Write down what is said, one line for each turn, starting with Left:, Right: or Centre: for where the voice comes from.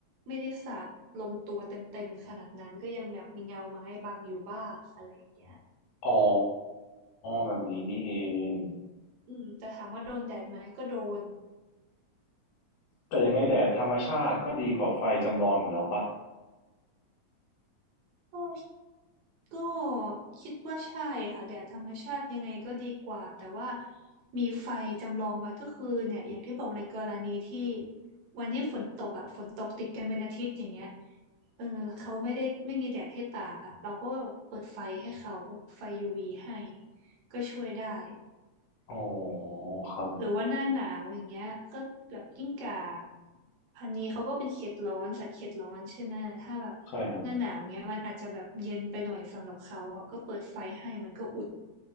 Right: ไม่ได้สาดลงตัวเต็มๆขนาดนั้นก็ยังแบบมีเงาไม้บังอยู่บ้างอะไรอย่างเงี้ย
Left: อ๋อแบบนี้นี่เอง
Right: อืมแต่ถามว่าโดนแดดไหมก็โดน
Left: แต่ยังไงแดดธรรมชาติก็ดีกว่าไฟจำลองอยู่แล้วปะ
Right: ก็ก็คิดว่าใช่ค่ะแดดธรรมชาติยังไงก็ดีกว่าแต่ว่ามีไฟจำลองไว้ก็คือเนี่ยอย่างที่บอกในกรณีที่วันที่ฝนตกอ่ะฝนตกติดกันเป็นอาทิตย์อย่างเงี้ยเออเขาไม่ได้ไม่มีแดดให้ตากอ่ะเราก็เปิดไฟให้เขาไฟ UV ให้ก็ช่วยได้
Left: อ๋อครับ
Right: หรือว่าหน้าหนาวอย่างเงี้ยก็แบบกิ้งก่าพันนี้เขาก็เป็นเขตร้อนสัตว์เขตร้อนใช่ไหมถ้าแบบหน้าหนาวเงี้ยมันอาจจะแบบเย็นไปหน่อยสำหรับเขาอ่ะก็เปิดไฟให้มันก็อุ่น
Left: ใช่ครับ